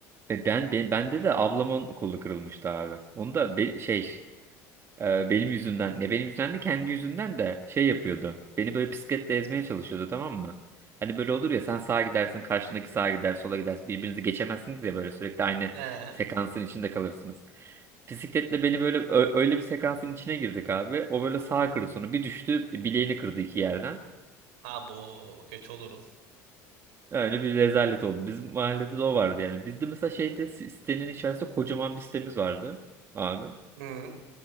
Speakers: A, on the right; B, on the right.
A: E ben, ben bende de ablamın kolu kırılmıştı abi. Onu da be- şey Ee, benim yüzümden ne benim yüzümden de kendi yüzünden de şey yapıyordu. Beni böyle bisikletle ezmeye çalışıyordu tamam mı? Hani böyle olur ya sen sağa gidersin karşındaki sağa gider sola gidersin birbirinizi geçemezsiniz ya böyle sürekli aynı
B: He.
A: sekansın içinde kalırsınız. Bisikletle beni böyle ö- öyle bir sekansın içine girdik abi. O böyle sağa kırdı sonra bir düştü bileğini kırdı iki yerden.
B: Abo kötü olurum.
A: Öyle bir rezalet oldu. Bizim mahallede de o vardı yani. Bizde mesela şeyde si, sitenin içerisinde kocaman bir sitemiz vardı abi.
B: Hı.